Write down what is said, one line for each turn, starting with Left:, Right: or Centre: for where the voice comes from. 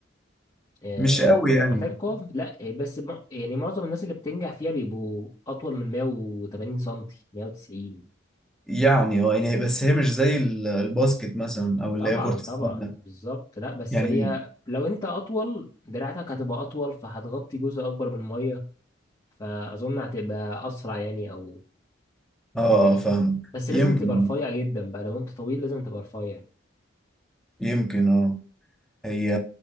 Left: آه،
Centre: مش قوي
Left: ومحتاج
Centre: يعني
Left: محتاج قوة لا آه، بس مع- يعني معظم الناس اللي بتنجح فيها بيبقوا أطول من 180 سنتي 190
Centre: يعني اه يعني بس هي مش زي ال- الباسكت مثلا او
Left: طبعا
Centre: اللي هي كرة السلة
Left: طبعا بالظبط لا بس
Centre: يعني
Left: هي لو أنت أطول دراعتك هتبقى أطول فهتغطي جزء أكبر من المية فأظن هتبقى أسرع يعني أو
Centre: اه
Left: يعني
Centre: فاهم
Left: بس لازم
Centre: يمكن
Left: تبقى
Centre: اه
Left: رفيع جدا بقى لو أنت طويل لازم تبقى رفيع
Centre: يمكن اه هي